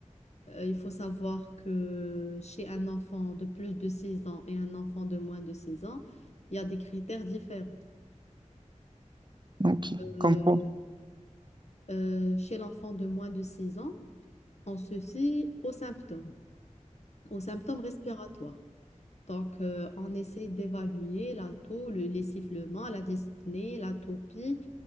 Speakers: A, on the left; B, on the right.
A: Euh, il faut savoir que chez un enfant de plus de 6 ans et un enfant de moins de 6 ans, il y a des critères différents.
B: ok comme
A: Euh,
B: quoi
A: euh, chez l'enfant de moins de 6 ans, on se fie aux symptômes, aux symptômes respiratoires. Donc, euh, on essaie d'évaluer la taux, le, les sifflements, la dyspnée, l'atopie